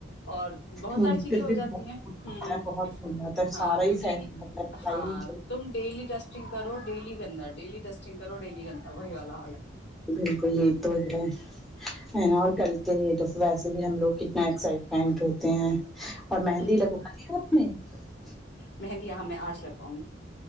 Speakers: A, on the left; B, in the centre.
A: اور بہت
B: ہوں
A: ساری چیزیں
B: پھر
A: ہو
B: بھی بہت
A: جاتی ہیں
B: ہو جاتا
A: ہ
B: ہے بہت ہو جاتا ہے
A: ہاں
B: سارا ہی
A: کیونکہ
B: فیل جاتا ہے پتا
A: ہاں
B: ہی نہیں چلتا
A: تم ڈیلی ڈسٹنگ کرو ڈیلی جا ڈیلی ٹسٹن کرو ڈ نہیں گتا بائی والا حال ہے
B: بالکل یہ تو ہے ہے نا اور کرلتے رہ تو ویسے بھی ہم لوگ کتنا ایکسائٹمنٹ ہوتے ہیں اور مہندی
A: ہوں
B: لگوائی ہے آپ نے اچھا
A: مہندی یہاں میں آج لگواؤں گی